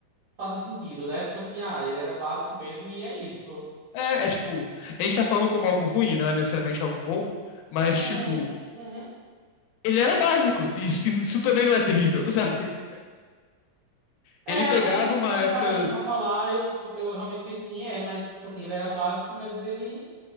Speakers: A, on the right (about 50°); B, on the left (about 85°).
A: faça sentido, né? Tipo assim, ah, ele era básico mesmo e é isso.
B: É, é tipo. A gente tá falando como algo ruim, não é necessariamente algo bom, mas
A: Hum,
B: tipo.
A: uhum.
B: Ele era básico, e isso isso também não é terrível, <laughs> sabe?
A: É,
B: Ele pegava
A: agora que eu tô,
B: uma
A: que eu tô
B: época.
A: parando pra falar, eu, eu realmente fiquei assim, é, mas, tipo assim, ele era básico, mas ele.